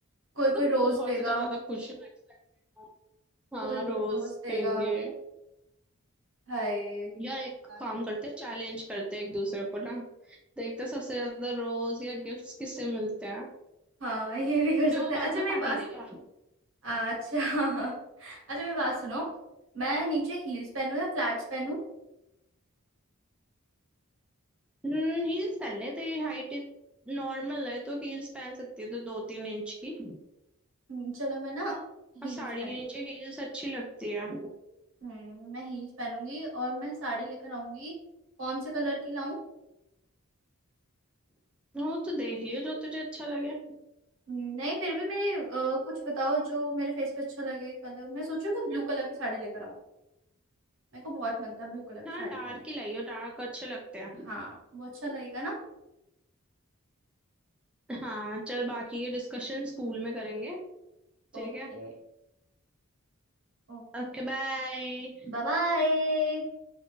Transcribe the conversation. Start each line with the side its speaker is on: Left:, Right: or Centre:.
Right: कोई
Centre: मतलब
Right: कोई रोज
Centre: बहुत
Right: देगा
Centre: ही ज्यादा खुश हूँ excited हूँ। हाँ
Right: कोई कोई
Centre: रोज
Right: रोज देगा
Centre: देंगे
Right: हाय कितना
Centre: यार एक
Right: गाने
Centre: काम करते हैं चैलेंज करते हैं एक दूसरे को ना देखते हैं सबसे ज्यादा रोज या गिफ्ट्स किससे मिलते हैं
Right: हाँ ये भी कर
Centre: फिर
Right: सकते
Centre: वो
Right: हैं
Centre: बाद
Right: अच्छा
Centre: में
Right: मेरी
Centre: पार्टी
Right: बात
Centre: देगा
Right: अच्छा <laughs> अच्छा मेरी बात सुनो मैं नीचे हील्स पहनूं या फ्लैट्स पहनूं
Centre: हील्स पहन ले तेरी हाइट नॉर्मल है तो हील्स पहन सकती है तो दो तीन इंच की
Right: हम्म, चलो मैं ना
Centre: और
Right: हील्स
Centre: साड़ी
Right: पहनूं
Centre: के नीचे हील्स अच्छी लगती है
Right: हम्म मैं हील्स पहनूंगी और मैं साड़ी लेकर आऊंगी कौन से कलर की लाऊं
Centre: वो तो देख लियो जो तुझे अच्छा लगे
Right: हम्म, नहीं फिर भी मेरे अ, कुछ बताओ जो मेरे फेस पे अच्छा लगे कलर मैं सोचूं कि ब्लू कलर की साड़ी लेकर आऊं मेरे को बहुत मन था ब्लू कलर की
Centre: हाँ
Right: साड़ी
Centre: डार्क
Right: पहनने का
Centre: ही लाइयो डार्क अच्छे लगते हैं
Right: हाँ वो अच्छा लगेगा ना
Centre: हाँ चल बाकी के डिस्कशन स्कूल में करेंगे ठीक
Right: ओके
Centre: है
Right: Okay
Centre: ओके बाय
Right: bye बाय